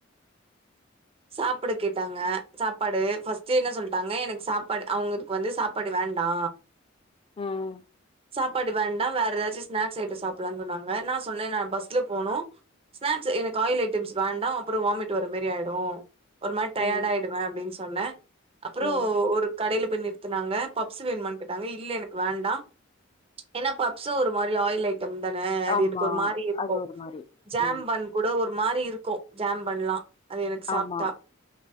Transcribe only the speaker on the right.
சாப்பட கேட்டாங்க சாப்பாடு ஃபஸ்ட்டே என்ன சொல்ட்டாங்க எனக்கு சாப்பாடு அவுங்களுக்கு வந்து சாப்பாடு வேண்டா
சாப்பாடு வேண்டா வேற எதாச்சு ஸ்நேக்ஸ் ஐட்டோ சாப்புலான் சொன்னாங்க நா சொன்ன நா பஸ்ல போனு ஸ்நேக்ஸ் எனக்கு ஆயில் ஐட்டம்ஸ் வேண்டா அப்புறோ வாமிட் வர மேரி ஆயிடு <inaudible> ஒரு மாரி டயடாயிடுவ
அப்புடின் சொன்ன அப்புறோ
ஒரு கடையில போய் நிர் நிர்த்துனாங்க பப்ஸ் வேணுமுனா கேட்டாங்க இ இல்ல எனக்கு வேண்டா ஏன்னா பப்ஸு ஒரு மாரி ஆயில் அயிட டம் தான அதுக்கு
எனக்கு ஒரு மாரி இருக்கு
ஜேம்
பன் கூட ஒரு மாரி இருக்கு ஜாம் பண்லா அது எனக்கு சாப்